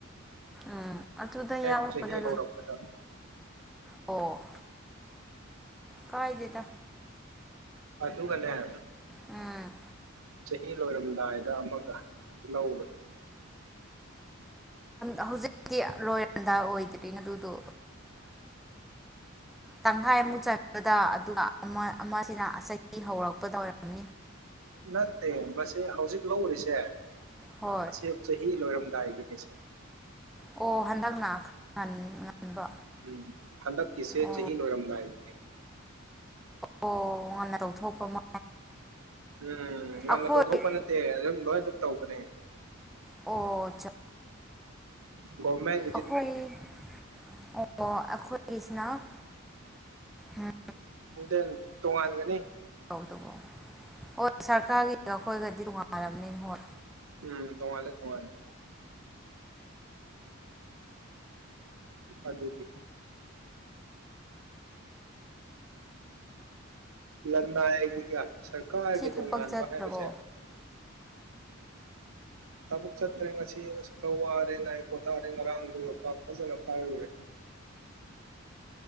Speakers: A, in the centre; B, on the right.
A: ꯎꯝ ꯑꯗꯨꯗ
B: ꯍꯦꯛ
A: ꯌꯥꯎꯗ
B: ꯆꯍꯤ
A: ꯑꯗꯨ
B: ꯍꯧꯔꯛꯄꯗ
A: ꯑꯣ ꯀꯥꯏꯗꯦꯗ
B: ꯑꯗꯨꯒꯅꯦ
A: ꯎꯝ
B: ꯆꯍꯤ ꯂꯣꯏꯔꯝꯗꯥꯏꯗ ꯑꯃꯒ ꯂꯧꯕ
A: ꯑꯣ ꯍꯧꯖꯤꯛꯇꯤ ꯂꯣꯏꯔꯝꯗꯥꯏ ꯑꯣꯏꯗ꯭ꯔꯤꯅꯦ ꯑꯗꯨꯗꯣ ꯇꯪꯈꯥꯏ ꯑꯃꯨꯛ ꯆꯟꯕꯗ ꯑꯗꯨꯒ ꯑꯃ ꯑꯃꯁꯤꯅ ꯆꯍꯤ ꯍꯧꯔꯛꯄꯗ ꯑꯣꯏꯔꯝ
B: ꯅꯠꯇꯦ ꯃꯁꯤ ꯍꯧꯖꯤꯛ ꯂꯧꯔꯤꯁꯦ
A: ꯍꯣꯏ
B: ꯑꯁꯤ ꯆꯍꯤ ꯂꯣꯏꯔꯝꯗꯥꯏꯒꯤꯅꯤꯁꯦ
A: ꯑꯣ ꯍꯟꯗꯛꯅ ꯉꯟꯕ
B: ꯎꯝ ꯍꯟꯗꯛꯀꯤꯁꯦ
A: ꯑꯣ
B: ꯆꯍꯤ ꯂꯣꯏꯔꯝꯗꯥꯏꯒꯅꯦ
A: ꯑꯣ ꯉꯟꯅ ꯇꯧꯊꯣꯛꯄ ꯑꯃ
B: ꯎꯝ ꯉꯟꯅ
A: ꯑꯩꯈꯣꯏ
B: ꯇꯧꯊꯣꯛꯄ ꯅꯠꯇꯦ ꯑꯗꯨꯝ ꯂꯣꯏꯅ ꯑꯗꯨꯝ ꯇꯧꯕꯅꯦ
A: ꯑꯣ ꯑꯆꯥ
B: ꯒꯣꯃꯩ
A: ꯑꯈꯣꯏ ꯑꯣ ꯑꯈꯣꯏꯒꯤꯁꯤꯅ ꯎꯝ
B: <unintelligible> ꯇꯣꯉꯥꯟꯒꯅꯤ
A: ꯑꯗꯨꯕꯨ ꯍꯣꯏ ꯁꯔꯀꯥꯔꯒꯤꯒ ꯑꯩꯈꯣꯏꯒꯗꯤ ꯇꯣꯡꯉꯟꯂꯥꯝꯅꯤ ꯍꯣꯏ
B: ꯎꯝ ꯇꯣꯉꯥꯜꯂꯦ ꯇꯣꯉꯥꯜꯂꯦ ꯑꯗꯨꯒꯤ ꯂꯅꯥꯏꯒꯤꯒ ꯁꯔꯀꯥꯔꯒꯤꯒ
A: ꯁꯤ ꯊꯕꯛ
B: ꯇꯣꯉꯥꯟꯕ
A: ꯆꯠꯇ꯭ꯔꯕꯣ
B: ꯍꯥꯏꯕꯁꯦ ꯊꯕꯛ ꯆꯠꯇ꯭ꯔꯦ ꯉꯁꯤ ꯑꯁ ꯈꯔ ꯋꯥꯔꯦ ꯅ ꯑꯩ ꯄꯣꯊꯥꯔꯦ ꯉꯔꯥꯡꯗꯨ ꯌꯣꯠꯄꯥꯛ ꯐꯖꯅ ꯄꯥꯏꯔꯨꯔꯦ